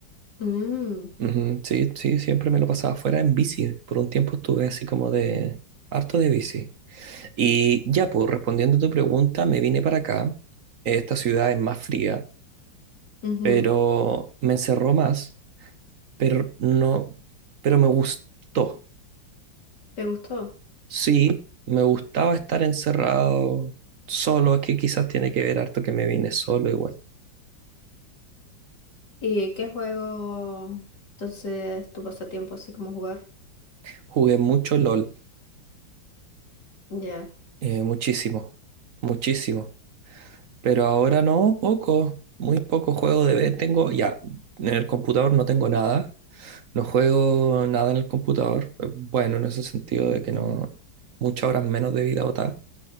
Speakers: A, on the left; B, on the right.
A: Mm,
B: Ujú, Sí, sí, siempre me lo pasaba fuera en bici. Por un tiempo estuve así como de harto de bici. Y ya, pues respondiendo a tu pregunta, me vine para acá. Esta ciudad es más fría,
A: ujú.
B: pero me encerró más, pero no, pero me gustó.
A: ¿Te gustó?
B: Sí, me gustaba estar encerrado solo, es que quizás tiene que ver harto que me vine solo igual.
A: ¿Y qué juego entonces tu pasatiempo así como jugar?
B: Jugué mucho LOL,
A: Ya.
B: eh, muchísimo, muchísimo, pero ahora no, poco, muy poco juego de vez tengo, ya, en el computador no tengo nada, no juego nada en el computador, eh, bueno, en ese sentido de que no, muchas horas menos de vida botada,